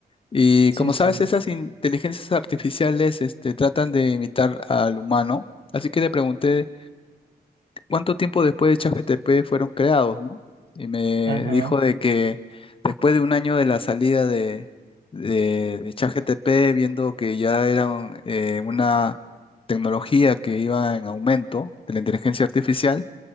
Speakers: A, on the left (about 30°); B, on the right (about 75°).
A: Y
B: Sí,
A: como
B: sí.
A: sabes, esas inteligencias artificiales, este, tratan de imitar al humano. Así que le pregunté cuánto tiempo después de ChatGPT fueron creados, ¿no? Y me
B: Ajá.
A: dijo de que después de un año de la salida de, de, de ChatGPT, viendo que ya era un- eh, una tecnología que iba en aumento de la inteligencia artificial,